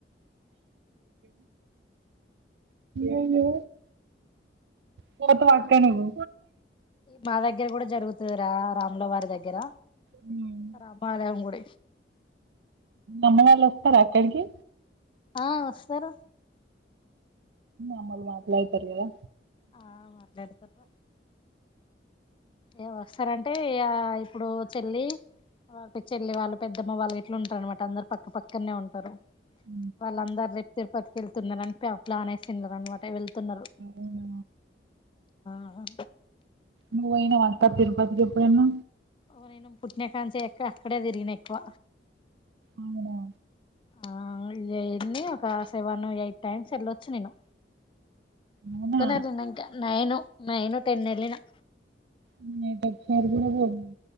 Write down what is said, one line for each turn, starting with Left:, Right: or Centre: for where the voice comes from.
Right: ఏ ఏ పోతావా అక్క నువ్వు
Left: మా దగ్గర కూడా జరుగుతది రా రాముల వారి దగ్గర
Right: మ్మ్.
Left: రామాలయం గుడి
Right: అమ్మ వాళ్ళు వస్తారా అక్కడికి
Left: ఆ వస్తారు
Right: అమ్మల్ మాట్లా అవుతారు కదా
Left: ఆ మాట్లాడుతారు ఏమ వస్తారంటే ఆ ఇప్పుడు చెల్లి వాళ్కి చెల్లి వాళ్ళు పెద్దమ్మ వాళ్ళ ఇట్లా ఉంటారు అనమాట అందరు పక్క పక్కనే ఉంటారు
Right: ఉ
Left: వాళ్ళ అందరు రేపుతే పట్టుకెళ్తున్నారు అని ప్ల ప్లానేస్తున్నారు అన్నమాట ఎవల్ తన్నారు
Right: అవునా
Left: ఆ
Right: నువ్ పోయినవా తిరుపతికి ఎప్పుడైనా
Left: ఓ నేను పుట్టినా కాంచి అక్కడే తిరిగిన ఎక్కువ
Right: అవునా
Left: ఆ ఇన్ని ఒక సెవెన్ ఎయిట్ టైమ్స్ వెళ్ళొచ్చు నేను
Right: అవునా
Left: ఒక్కదాన్నే ఉన్నా ఇంకా నేను నైను టెన్ అల్ నా
Right: ఉమ్ ఏంటది. ఫదినా పోల్